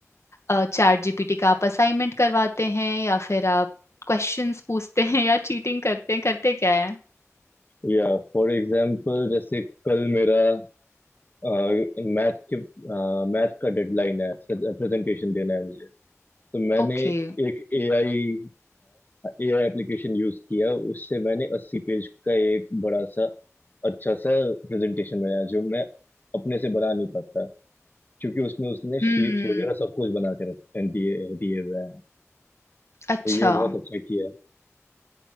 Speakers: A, on the left (about 60°); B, on the left (about 35°).
A: चैट जीपीटी का आप असाइनमेंट करवाते हैं या फिर आप क्वेश्चंस पूछते हैं या चीटिंग करते हैं करते क्या है
B: या फॉर एग्जाम्पल जैसे कल मेरा मैथ के मैथ का डेडलाइन है प्रेजेंटेशन देना है मुझे तो मैंने
A: ओके
B: एक एआई एआई एप्लीकेशन यूज किया उससे मैंने अस्सी पेज का एक बड़ा सा अच्छा सा प्रेजेंटेशन बनाया जो मैं अपने से बना नहीं पाता क्योंकि उसमें उसने
A: हम्म
B: शेप्स वगैरह सब कुछ बना के रख दिए दिए हुए हैं
A: अच्छा
B: तो ये बहुत अच्छा किया है